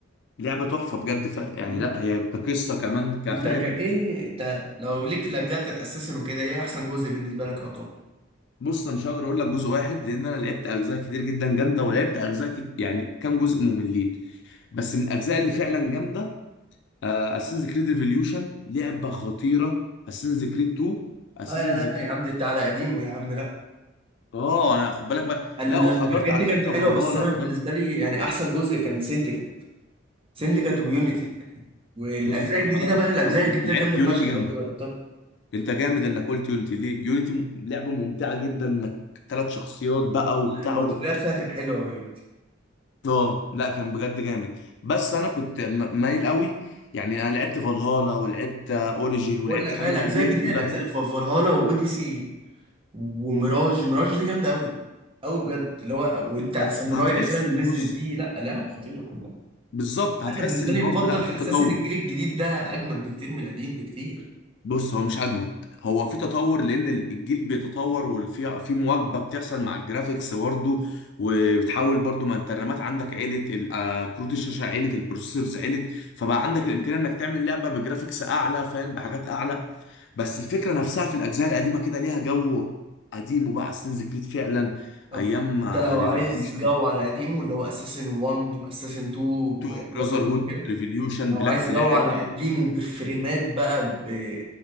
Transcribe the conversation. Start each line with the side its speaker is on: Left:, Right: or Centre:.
Left: لعبه تحفه بجد ف... يعني
Right: مم.
Left: لا هي كقصه كمان كفاهم
Right: انت كان ايه انت لو ليك في الاجزاء بتاعت اساسن وكده ايه احسن جزء بالنسبه لك يا طب
Left: بص انا مش هقدر اقول لك جزء واحد لان انا لعبت اجزاء كتير جدا جامده ولعبت اجزاء كت... يعني كام جزء مملين بس من الاجزاء اللي فعلا جامده اساسنز كريد ريفوليوشن لعبه خطيره اساسنز كريد 2 اساسنز
Right: لا لا لا
Left: كريد
Right: يا عم دي انت على قديمه يا عم لا
Left: اه انا خد بالك بقى
Right: الحاجات
Left: لا وحضرت على
Right: دي كانت
Left: فكره
Right: حلوه
Left: فالهالا
Right: بس انا
Left: حضرت
Right: بالنسبه لي يعني احسن جزء كان سنتيكا سنتيكا ويونيتي والاجزاء
Left: بص انا
Right: الجديده
Left: حضرت
Right: بقى الاجزاء
Left: انا حضرت
Right: الجديده
Left: لعبت
Right: جامده فشخ
Left: يونيتي جامده
Right: لو انت جربتها
Left: انت جامد انك قلت يونيتي ليه يونيتي م... لعبه ممتعه جدا انك ثلاث شخصيات بقى وبتاع
Right: المالتي
Left: و...
Right: بلاير فيها كان حلو قوي
Left: اه لا كان بجد جامد بس انا كنت م- مايل قوي يعني انا لعبت فالهالا ولعبت اوريجين ولعبت
Right: بقول لك
Left: الحاجات
Right: لا الاجزاء
Left: الجديده
Right: الجديده
Left: دي كلها
Right: الاجزاء ف- فالهالا واوديسي وميراج ميراج دي جامده قوي قوي بجد اللي هو وبتاعت
Left: لا
Right: الساموراي
Left: هتحس
Right: الاخيره اللي
Left: بص
Right: نزلت دي لا لعب خطيره كلها
Left: بالظبط هتحس
Right: انا بالنسبه
Left: ان
Right: لي
Left: برضه
Right: بفضل
Left: لا
Right: في
Left: في تطور
Right: اساس ان الجيل الجديد ده اجمد بكتير من القديم بكتير
Left: بص هو مش اجمد هو في تطور لان الجيل بيتطور وفي في مواكبه بتحصل مع الجرافيكس برضه وبتحاول برضه ما انت الرامات عندك عالت ال- آه، كروت الشاشه عالت البروسيسورز عالت فبقى عندك الامكانيه انك تعمل لعبه بجرافيكس اعلى فاهم بحاجات اعلى بس الفكره نفسها في الاجزاء القديمه كده ليها جو قديم وبقى اساسنز كريد فعلا
Right: طب
Left: ايام
Right: انت لو
Left: ريفوليوشن
Right: عايز جو على قديمه اللي هو اساسن 1 واساسن 2 وبراذر
Left: 2 براذر هود
Right: هود كده
Left: ريفوليوشن
Right: لو
Left: بلاك
Right: عايز
Left: فلاج
Right: جو على قديمه بفريمات بقى ب